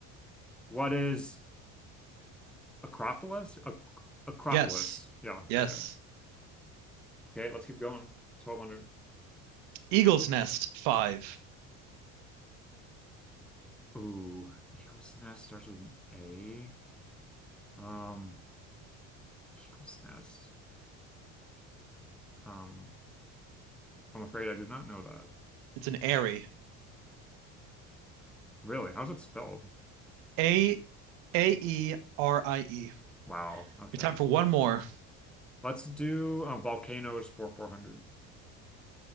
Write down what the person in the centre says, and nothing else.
What is Acropolis? Ac Acropolis.
Yeah.
Okay. Okay. Let's keep going. 1200.
Ooh, Eagle's Nest starts with an A. Um, Eagle's Nest. Um, I'm afraid I do not know that.
Really? How's it spelled?
Wow. Okay.
Let's do uh, volcanoes for 400.